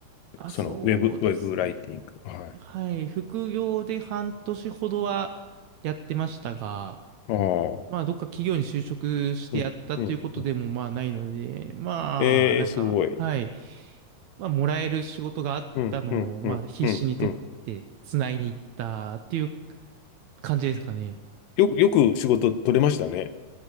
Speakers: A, on the right (about 75°); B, on the left (about 80°).
A: あ、
B: その、
A: そうですね。
B: ウェブ、ウェブライティング。はい。
A: はい。副業で半年ほどはやってましたが、
B: ああ、
A: まあ、どっか企業に就職してやったということでもまあないので、
B: うん、うん、うん。
A: まあ、
B: ええ、
A: なんか、
B: すごい。
A: はい、まあ、もらえる仕事があったのを、
B: うん、うん、
A: まあ、
B: うん、
A: 必死に取ってつないでいったっていう
B: うん、うん。
A: 感じですかね。
B: よく、よく仕事取れましたね。